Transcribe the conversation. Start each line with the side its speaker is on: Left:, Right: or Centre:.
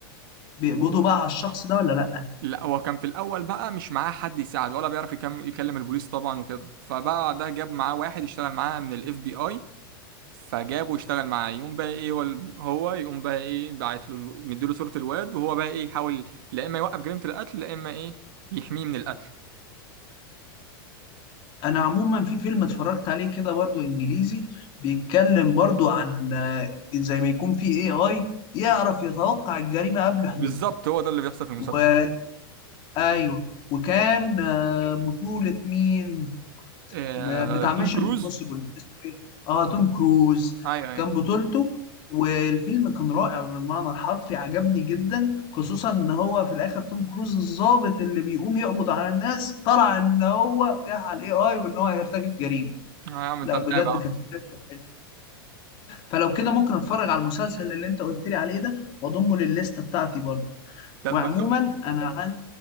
Left: بيقبضوا بقى على الشخص ده ولا لا
Right: لا هو كان في الاول بقى مش معاه حد يساعد ولا بيعرف يكم- يكلم البوليس طبعا وكده فبقى ده جاب معاه واحد يشتغل معاه من الاف بي اي فجابه يشتغل معاه يقوم بقى ايه هو هو يقوم بقى ايه باعت له مديله صورة الواد وهو بقى ايه يحاول لا اما يوقف جريمة القتل لا اما ايه يحميه من القتل
Left: انا عموما في فيلم اتفرجت عليه كده برضو انجليزي بيتكلم برضو عن آه، زي ما يكون في اي اي يعرف يتوقع الجريمة قبل حدوثها
Right: بالظبط هو ده اللي بيحصل في المسلسل
Left: و... ايوه وكان آه، بطولة مين
Right: آه...
Left: م- بتاع
Right: توم
Left: ميشن
Right: كروز
Left: امبوسيبل اسمه ايه اه توم كروز
Right: ايوه ايوه
Left: كان بطولته والفيلم كان رائع بالمعنى الحرفي عجبني جدا خصوصا ان هو في الاخر توم كروز الضابط اللي بيقوم يقبض على الناس طلع ان هو جه على الاي اي وان هو هيرتكب جريمه
Right: آه، يا عم
Left: لا
Right: انت متابع
Left: بجد كانت فكرته حلوه فلو كده ممكن اتفرج على المسلسل اللي انت قلت لي عليه ده واضمه للليسته بتاعتي برضه
Right: طب
Left: وعموما
Right: ما تو-
Left: انا عن